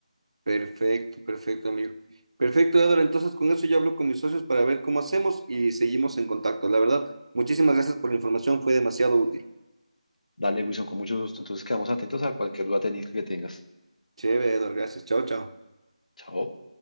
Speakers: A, on the right (about 55°); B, on the left (about 80°).
A: Perfecto, perfecto, amigo. Perfecto, Edward. Entonces, con eso ya hablo con mis socios para ver cómo hacemos y seguimos en contacto. La verdad, muchísimas gracias por la información, fue demasiado útil.
B: Dale, Wilson, con mucho gusto. Entonces quedamos atentos a cualquier duda técnica que tengas.
A: Chévere, Edward. Gracias. Chao, chao.
B: Chao.